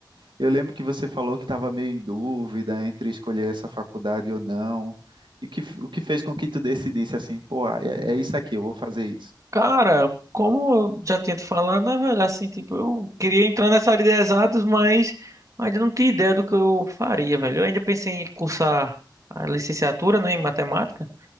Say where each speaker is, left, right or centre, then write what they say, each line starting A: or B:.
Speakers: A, on the right; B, on the right.
A: Eu lembro que você falou que estava meio em dúvida entre escolher essa faculdade ou não. E que, f- o que fez com que tu decidisse assim, pô, ah, é, é isso aqui, eu vou fazer isso.
B: Cara, como eu já tinha te falado, né, velho, assim, tipo, eu queria entrar nessa área de exatas, mas ainda não tinha ideia do que eu faria, velho. Eu ainda pensei em cursar a licenciatura, né, em matemática.